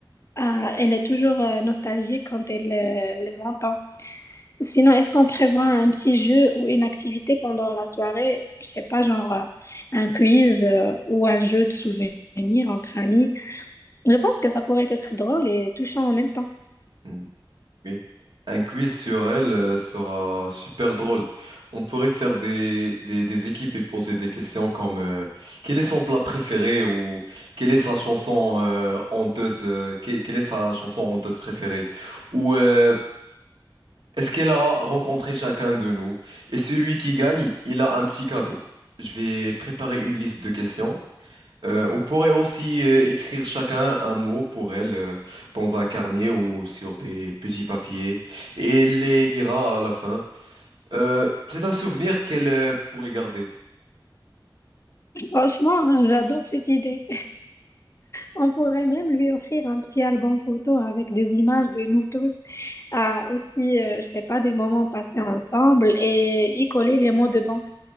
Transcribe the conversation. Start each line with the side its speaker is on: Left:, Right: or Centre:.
Left: Euh, elle est toujours euh, nostalgique quand elle euh, les entend. Sinon, est-ce qu'on prévoit un petit jeu ou une activité pendant la soirée? Je sais pas, genre euh, un quiz euh, ou un jeu de souvenirs entre amis. Je pense que ça pourrait être drôle et touchant en même temps.
Right: Mm. Oui. Un quiz sur elle euh, sera super drôle. On pourrait faire des, des, des équipes et poser des questions comme euh, quel est son plat préféré ou quelle est sa chanson euh, honteuse euh, que- quelle est sa chanson honteuse préférée ou euh, est-ce qu'elle a rencontré chacun de nous? Et celui qui gagne, il a un petit cadeau. Je vais préparer une liste de questions. Euh, on pourrait aussi euh, écrire chacun un mot pour elle euh, dans un carnet ou sur des petits papiers et elle les lira à la fin. Euh, c'est un souvenir qu'elle euh, pourrait garder.
Left: Franchement, j'adore cette idée. On pourrait même lui offrir un petit album photo avec des images de nous tous, euh, aussi, euh, je sais pas, des moments passés ensemble et y coller les mots dedans.